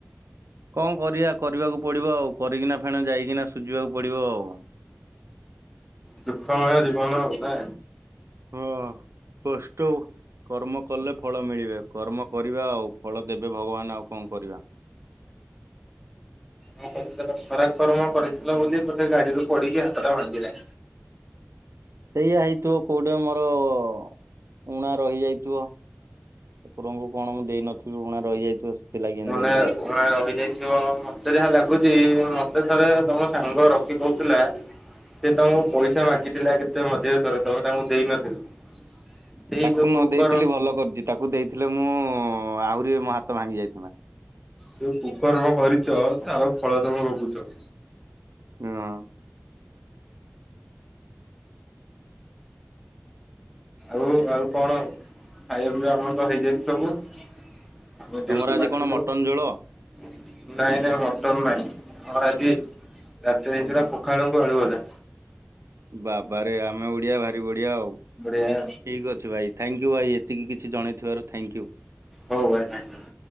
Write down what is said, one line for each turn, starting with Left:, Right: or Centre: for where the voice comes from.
Right: କଣ କରିବା କରିବାକୁ ପଡିବ ଆଉ? କରିକିନା ଫେଣ ଯାଇକିନା ସୁଝିବାକୁ ପଡିବ ଆଉ।
Centre: ଦୁଃଖମୟ ଜୀବନ ଆଉ ନା।
Right: ହଁ। କଷ୍ଟ କର୍ମ କଲେ ଫଳ ମିଳିବେ। କର୍ମ କରିବା ଆଉ ଫଳ ଦେବେ ଭଗବାନ। ଆଉ କଣ କରିବା?
Centre: କ କରି ଖରାକ କର୍ମ କରିଥିଲ ବୋଲି ବୋଧେ ଗାଡିରୁୁ ପଡିକି ହାତ ଟା ଭାଙ୍ଗିଲା।
Right: ସେଇଆ ହେଇଥିବ କୋଉଠି ମୋର ଉଊଣା ରହିଯାଇଥିବ। ଠାକୁରଙ୍କୁ କଣ ମୁଁ ଦେଇନଥିବି ଊଣା ରହିଯାଇଥିବ। ସେଥିଲାଗି ଏମିତି
Centre: ଊଣା
Right: ହେଲା ଆଉ।
Centre: ଣା ରହିଯାଇଥିବ। ମତେ ଯାହା ଲାଗୁଛି, ମତେ ଥରେ ତମ ସାଙ୍ଗ ରଖି କହୁଥିଲା ସେ ତମକୁ ପଇସା ମାଗିଥିଲା କେତେ ମଝିରେ ଥରେ? ତମେ ତାଙ୍କୁ ଦେଇନଥିଲ। ସେଇ
Right: ତାକୁ
Centre: ଯୋଉ
Right: ନ
Centre: କୁକର୍ମ
Right: ଦେଇେଇଥିଲି ଭଲ କରିଛି। ତାକୁ ଦେଇଥିଲେ ମୁଁ ଆହୁରି ମୋ ହାତ ଭାଙ୍ଗି ଯାଇଥାଆନ୍ତା।
Centre: ଯୋଉ ପୁକର୍ମ କରିଛ, ତାର ଫଳ ତମେ ଭୋଗୁଛ।
Right: ଓ ହ।
Centre: ଆଉ ଆଉ କଣ? ଖାଇବା ପିଇବା ଆମର ତ ହେଇଯାଇଛି ସବୁ। ଆମେ ଡିଉଟି
Right: ତମର ଆଜି
Centre: ବାହାରିଲୁ।
Right: କଣ ମଟନ ଝୋଳ
Centre: ରାତିରେ ହେଇଥିଲା ପଖାଳ କୁ ଆଳୁଭଜା।
Right: ବାବା ରେ ଆମେ ଓଡିଆ ଭାରି ବଢ଼ିଆ ଆଉ।
Centre: ବଢିଆ।
Right: ଠିକ୍ ଅଛି ଭାଇ ଥ୍ୟାଙ୍କ୍ ୟୁ ଭାଇ ଏତିକି କିଛି ଜଣେଇ ଥିବାରୁ ଥ୍ୟାଙ୍କ୍ ୟୁ।
Centre: ହଉ ଭାଇ ଥ୍ୟାଙ୍କ୍ ୟୁ।